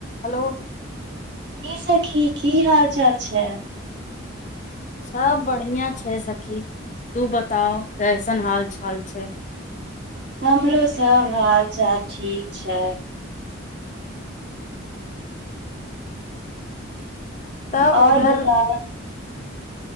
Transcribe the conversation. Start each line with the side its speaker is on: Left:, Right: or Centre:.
Left: hello
Right: हिस की सखी की हाल चाल छै
Left: सभ बढ़िआँ छै सखी तू बताओ कैसन हालचाल छै
Right: हमरो सभ हाल चाल ठीक छै
Left: तब
Right: आओर
Left: उधर
Right: बताउ